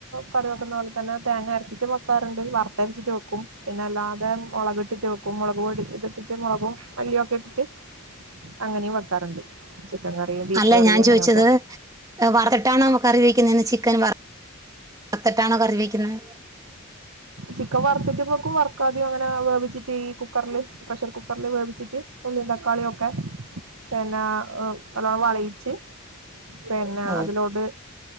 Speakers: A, on the right; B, on the right.
A: കറി വെക്കുന്ന പോലെ തന്നെ തേങ്ങ അരച്ചിട്ട് വെക്കാറുണ്ട് വറുത്ത് അരച്ചിട്ട് വക്കും പിന്നെ അല്ലാതെ മുളകിട്ടിട്ട് വെക്കും മുളക് പൊടി ഇത് ഇട്ടിട്ട് മുളകും മല്ലി ഒക്കെ ഇട്ടിട്ട് അങ്ങനെയും വെക്കാറുണ്ട് ചിക്കൻ കറിയും ബീഫ്
B: അല്ല
A: കറിയും
B: ഞാൻ
A: അങ്ങനെയൊക്കെ
B: ചോദിച്ചത് വറുത്തിട്ടാണോ കറി വെക്കുന്നത് ന്ന് ചിക്കൻ വറുത്തിട്ടാണോ കറി വെക്കുന്നത്
A: ചിക്കൻ വറത്തിട്ടും വെക്കും വറക്കാതേം അങ്ങനെ വേവിച്ചിട്ട് ചെയിക്കും കുക്കറിൽ പ്രഷർ കുക്കറില് വേവിച്ചിട്ട് ഉള്ളിയിം തക്കാളിയൊക്കെ പിന്നെ നല്ലോം വളയിച്ച് പിന്നെ
B: ഓ
A: അതിലോട്ട്